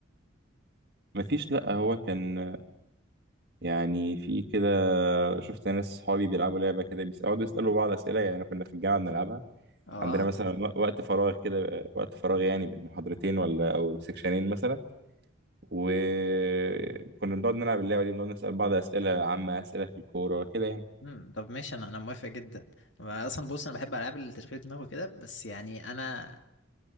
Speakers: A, on the right; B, on the left.
A: مفيش لأ هو كان يعني في كده شفت ناس صحابي بيلعبوا لعبة كده بيقعدوا يسألوا بعض أسئلة يعني كنا في الجامعة بنلعبها
B: اه
A: عندنا مثلا وق- وقت فراغ كده وقت فراغ يعني بين محاضرتين ولا أو سكشنين مثلا وكنا بنقعد نلعب اللعبة دي بنقعد نسأل بعض أسئلة عامة أسئلة في الكورة كده يعني
B: امم طب ماشي انا انا موافق جدا أنا اصلا بص انا بحب العاب التشغيل دماغ وكده بس يعني انا